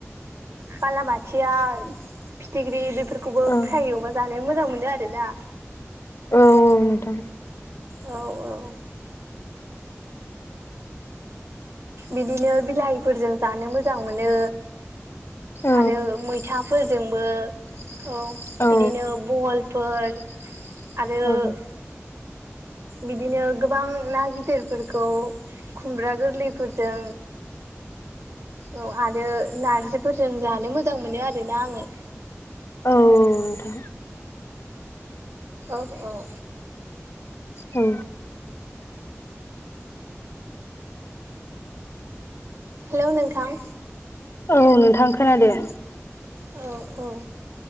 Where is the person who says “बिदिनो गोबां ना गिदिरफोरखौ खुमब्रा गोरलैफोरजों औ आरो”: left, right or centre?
Right